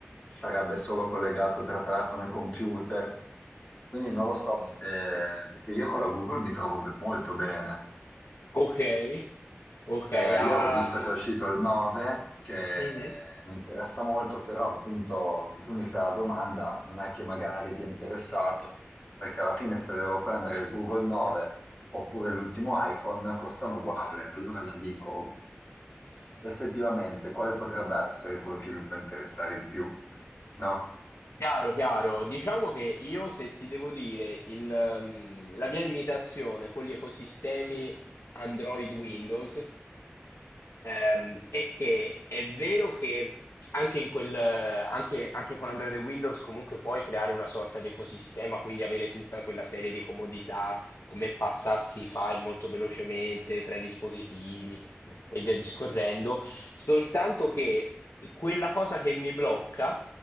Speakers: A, on the left; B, on the left.
A: sarebbe solo collegato tra telefono e computer. Quindi non lo so, eh, perché io con la Google mi trovo be- molto bene.
B: ok, ok.
A: Eh,
B: ah,
A: io ho visto che
B: ah,
A: è uscito il 9, che
B: mhm.
A: mi interessa molto, però appunto tu mi fai la domanda, non è che magari ti è interessato, perché alla fine se devo prendere il Google 9 oppure l'ultimo iPhone costano uguale, allora la dico effettivamente quale potrebbe essere quello che mi può interessare di più, no?
B: Chiaro, chiaro. Diciamo che io, se ti devo dire, il, ehm, la mia limitazione con gli ecosistemi Android Windows ehm, è che è vero che anche, in quel, eh, anche, anche con Android e Windows comunque puoi creare una sorta di ecosistema, quindi avere tutta quella serie di comodità, come passarsi i file molto velocemente tra i dispositivi e via discorrendo, soltanto che quella cosa che mi blocca